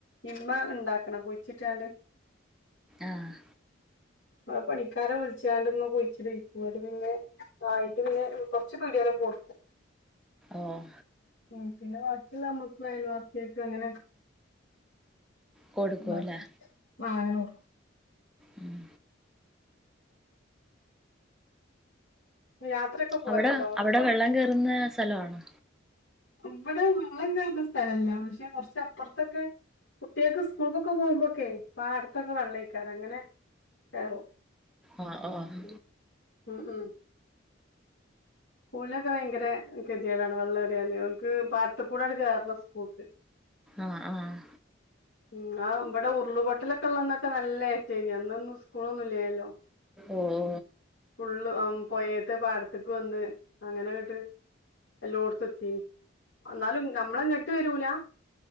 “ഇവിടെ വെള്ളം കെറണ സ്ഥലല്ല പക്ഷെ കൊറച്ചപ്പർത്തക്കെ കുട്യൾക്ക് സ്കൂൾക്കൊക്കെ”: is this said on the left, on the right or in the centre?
Left